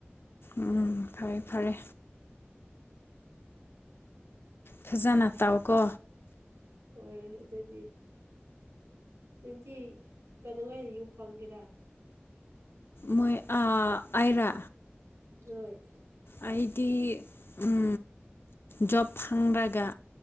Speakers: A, on the left; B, on the right.
A: ꯎꯝ
B: ꯍꯣꯏ
A: ꯐꯔꯦ ꯐꯔꯦ ꯐꯖꯅ ꯇꯥꯎꯀꯣ
B: ꯑꯣꯔꯅꯤ ꯑꯗꯨꯗꯤ ꯅꯦꯋꯇꯤ ꯀꯩꯗꯧꯉꯩ ꯌꯨꯝ ꯐꯥꯟꯒꯦꯔ
A: ꯃꯣꯏ ꯑꯥ ꯑꯩꯔꯥ
B: ꯅꯣꯏ
A: ꯑꯩꯗꯤ ꯎꯝ ꯖꯣꯕ ꯐꯪꯔꯒ